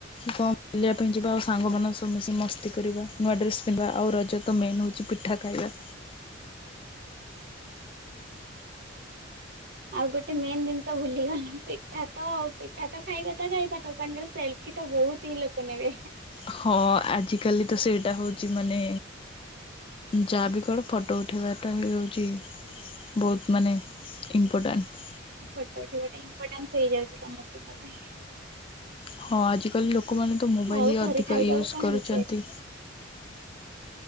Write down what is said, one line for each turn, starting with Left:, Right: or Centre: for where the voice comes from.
Left: କଣ ବୁଲିବା ପାଇଁ ଯିବା ଆଉ ସାଙ୍ଗମାନ ସବୁ ମିଶି ମସ୍ତି କରିବା ନୂଆ ଡ୍ରେସ୍ ପିନ୍ଧିବା ଆଉ ରଜ ତ ମେନ୍ ହେଉଛି ପିଠା ଖାଇବା।
Right: ଆଉ ଗୋଟେ ମେନ୍ ଜିନିଷ ଭୁଲିଗଲୁ ପିଠା ତ ପିଠା ତ ଖାଇବା ତା ଖାଇବା ତା ସାଙ୍ଗରେ ସେଲଫି ତ ବହୁତ ହିଁ ଲୋକ ନେବେ।
Left: ହଁ ଆଜିକାଲି ତ ସେଇଟା ହେଉଛି ମାନେ ଯାହାବି କର ଫଟୋ ଉଠେଇବାଟା ବି ହେଉଛି ବହୁତ ମାନେ ଇମ୍ପୋର୍ଟାଣ୍ଟ।
Right: ଫଟ ଉଠି ଗୋଟେ ଇମ୍ପଟାନ୍ସ ହେଇଯାଉଛି ସମସ୍ତଙ୍କ ପାଇଁ।
Left: ହଁ ଆଜି କାଲି ଲୋ ଲୋକମାନେ ତ ମୋବାଇଲ୍
Right: ଆଉ
Left: ହିଁ
Right: ଘରେ
Left: ଅଧିକ
Right: ଖାଇବାକୁ
Left: ୟୁଜ୍
Right: କଣ
Left: କରୁଛନ୍ତି।
Right: ହେଇଛି ଆଜି?